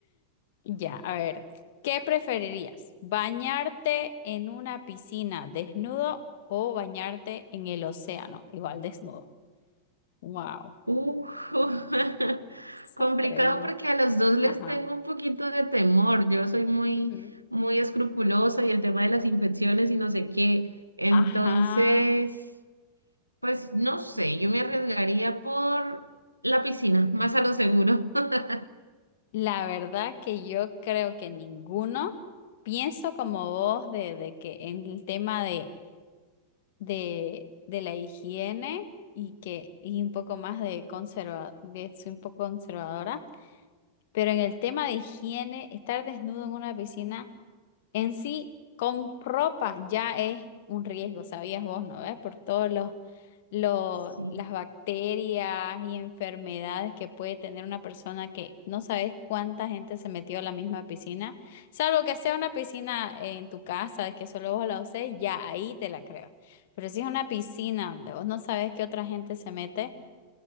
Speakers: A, on the left; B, on the right.
A: Ya, a ver, ¿qué preferirías? ¿Bañarte en una piscina desnudo o bañarte en el océano igual desnudo? Wow,
B: Uf, <laughs>
A: esa
B: complicado
A: pregunta.
B: porque a los dos les
A: Ajá.
B: tengo un poquito de temor. Yo soy muy,
A: Ujú.
B: muy escrupulosa y el tema de las infecciones y no sé qué. Entonces,
A: Ajá.
B: pues no sé, yo me arriesgaría por la piscina, más a lo seguro. <laughs>
A: La verdad que yo creo que ninguno. Pienso como vos de, de que en el tema de, de, de la higiene y que y un poco más de conserva, de soy un poco conservadora. Pero en el tema de higiene, estar desnudo en una piscina en sí con ropa ya es un riesgo, sabías vos, ¿no ves? Por todos los, los-
B: Sí,
A: las bacterias y enfermedades que puede tener una persona que no sabes cuánta gente se metió a la misma piscina, salvo que sea una piscina en tu casa que solo vos la uses, ya ahí te la creo. Pero si es una piscina donde vos no sabes qué otra gente se mete,